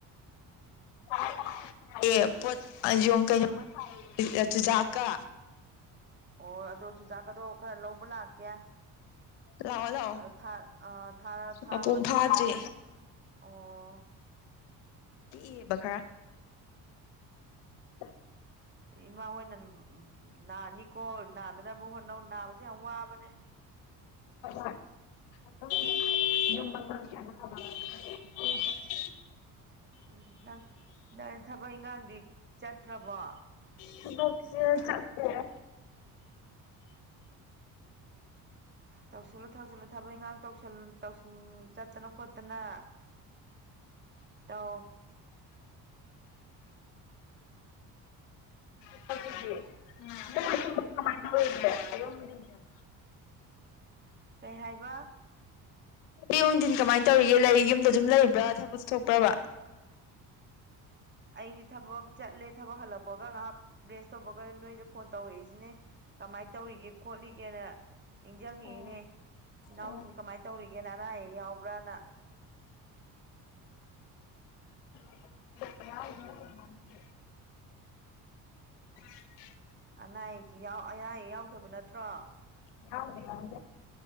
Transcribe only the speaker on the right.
ꯑꯣ ꯑꯗꯣ ꯆꯨꯖꯥꯛꯀꯗꯣ ꯈꯔ ꯂꯧꯕ ꯂꯥꯛꯀꯦ
ꯑ ꯑꯥ ꯊꯥꯔ ꯊꯥꯎ
ꯑꯗꯨꯅ
ꯑꯣ
ꯏꯃꯥꯍꯣꯏꯅ ꯅꯥꯅꯤꯀꯣ ꯅꯥꯗꯅꯕ ꯍꯣꯠꯅꯧ ꯅꯥꯕꯁꯦ ꯌꯥꯝ ꯋꯥꯕꯅꯦ
ꯎꯝ ꯅꯪ ꯅꯪ ꯊꯕꯛ ꯏꯪꯒꯥꯡꯗꯤ ꯆꯠꯇ꯭ꯔꯕꯣ
ꯇꯧꯁꯤꯜꯂꯨ ꯇꯧꯁꯤꯜꯂꯨ ꯊꯕꯛ ꯏꯟꯈꯥꯡ ꯇꯧꯁꯜ ꯇꯧꯁꯜ ꯆꯠꯇꯅ ꯈꯣꯠꯇꯅꯥ ꯇꯧ
ꯀꯩ ꯍꯥꯏꯕ
ꯑꯩꯗꯤ ꯊꯕꯛ ꯆꯠꯂꯦ ꯊꯕꯛ ꯍꯜꯂꯛꯄꯒ ꯉꯥꯏꯍꯥꯛ ꯔꯦꯁ ꯇꯧꯕꯒ ꯅꯣꯏꯗ ꯐꯣꯟ ꯇꯧꯔꯛꯏꯁꯤꯅꯦ ꯀꯃꯥꯏ ꯇꯧꯔꯤꯒꯦ ꯈꯣꯠꯂꯤꯒꯦꯅ ꯅꯤꯡꯖꯪꯉꯛꯏꯅꯦ
ꯏꯅꯥꯎꯁꯤꯡꯁꯦ
ꯀꯃꯥꯏ ꯇꯧꯔꯤꯒꯦꯅ ꯑꯅꯥ ꯑꯌꯦꯛ ꯌꯥꯎꯕ꯭ꯔꯥꯅ
ꯑꯅꯥ ꯑꯌꯦꯛꯇꯤ ꯌꯥꯎ ꯑꯅꯥ ꯑꯌꯦꯛ ꯌꯥꯎꯗꯕ ꯅꯠꯇ꯭ꯔꯣ